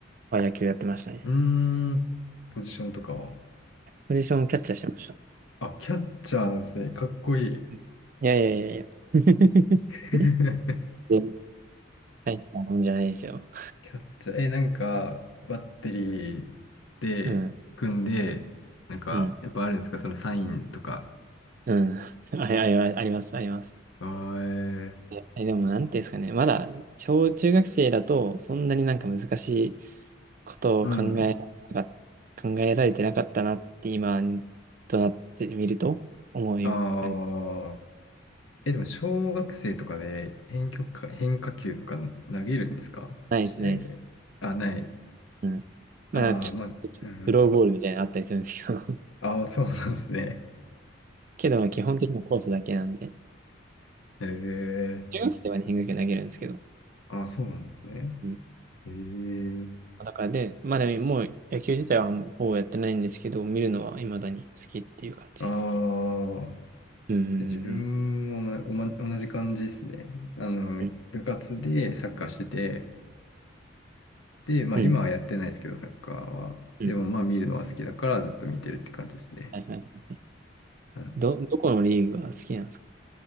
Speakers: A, on the right; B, on the left.
A: は野球やってましたね。
B: うーん。ポジションとかは。
A: ポジションキャッチャーしてました。
B: あ、キャッチャーなんですね。かっこいい。
A: うんいやいやいやいや。<laughs>
B: <laughs>
A: で、大したもんじゃないですよ。
B: キャッチャー、え、なんか、バッテリーで組んで、
A: うん、
B: なんか、
A: うん、
B: やっぱあるんですかそのサインとか。
A: うん。<laughs> あ、あ、ああります、あります。
B: あーえ
A: いやでも、なんていうんですかね、まだ、小中学生だと、そんなになんか難しいことを考えなか、
B: ーうん。
A: 考えられてなかったなって、今となってみると、思い、
B: ああ。
A: ね、
B: え、でも、小学生とかで変曲か、変化球とか投げるんですか試合で。
A: ナイス、ナイス。
B: あ、ない。
A: うん。まあ、
B: ああ、
A: なんかちょっと、
B: まあ、
A: ちょっとスローボールみたいなのあったりするんですけど、
B: うん。
A: <laughs>
B: ああ、そうなんですね。
A: けど、まあ、基本的にはコースだけなんで、
B: ええ
A: 中学生はね、変化球投げるんですけど、
B: ああ、そうなんですね。
A: うん。
B: ええ
A: だからで、まあでも、もう野球自体はほぼやってないんですけど、見るのは未だに好きっていう感じですね。
B: ああ。
A: うんうんうん
B: で自分もまおま同じ感じですね。あの、
A: うん。
B: 部活でサッカーしてて、で、まあ今はやってないですけど、
A: うん。
B: サッカーは。
A: うん。
B: でもまあ見るのは好きだからずっと見てるって感じですね。
A: はいはい。
B: はい
A: ど、どこのリーグが好きなんですか